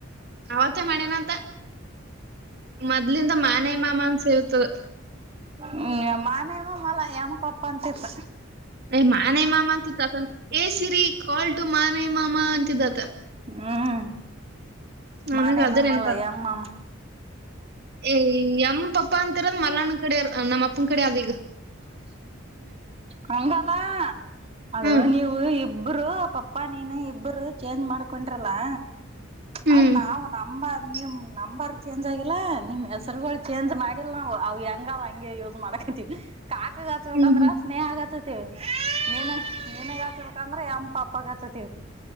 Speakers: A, on the right; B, on the right.
A: ಅವತ್ತೇ ಮಾಡಾನಂತ ಮೊದ್ಲಿಂದ ಮಾನೆಯ ಮಾಮ ಸೇವ್ ಇತ್ತದು
B: ಹ್ಮ್ ಮಾನೆವ ಮಲ್ಲ ಎಮ ಪಪ ಅಂತಿಂತ
A: ಏ ಮಾನೆ ಮಾಮ ಅಂತಿತ್ತು ಏ ಸಿರಿ ಕಾಲ್ಟು ಮಾನೆ ಮಾಮ ಮ್ಮಾ ಅಂತಿದ ಅತ್ತ
B: ಹ್ಮ್
A: ನನಗ
B: ಮಾನೆೇ
A: ಅದ
B: ಮಾಮ
A: ನೆನಪ
B: ಅಲ್ಲಾ ಎಮ್ ಮಾಮಾ
A: ಏ ಎಮ್ ಪಪ್ಪ ಅಂತಿರದ್ ಮಲ್ಲಾಣ್ಣ ಕಡೆ ನಮ್ಮ ಅಪ್ಪನ ಕಡೆ ಅದೀಗ
B: ಹಂಗೆಲ್ಲಾ ಅದು
A: ಹ್ಮ್
B: ನೀವು ಇಬ್ಬರು ಪಪ್ಪಾ ನೀನು ಇಬ್ಬರು ಚೇಂಜ್ ಮಾಡ್ಕೊಂಡ್ರಲ್ಲಾ
A: ಹ್ಮ್
B: ಅದ್ ನಾವು ನಮ್ಮ ನಿಮ್ ನಂಬರ್ ಚೇಂಜ್ ಆಗಿಲ್ಲಾ ನಿಮ್ ಹೆಸರಗಳು ಚೇಂಜ್ ಮಾಡಿಲ್ ನಾವು ಅವ್ ಹೆಂಗ ಅವ್ ಹಂಗೆ ಯೂಸ್ ಮಾಡಕತಿವಿ. ಕಾಕ ಹಚ್ಬೇಕಂದ್ರ
A: ಹ್ಮ್ ಹ್ಮ್
B: ಸ್ನೇಹಗ ಹಚ್ಚ ತ್ತೆ ನೀನು ನೀನ್ಗ ಹಾಚ್ಬೇಕಂದ್ರೆ <unintelligible> ಪಾಪಾಗಚತತಿ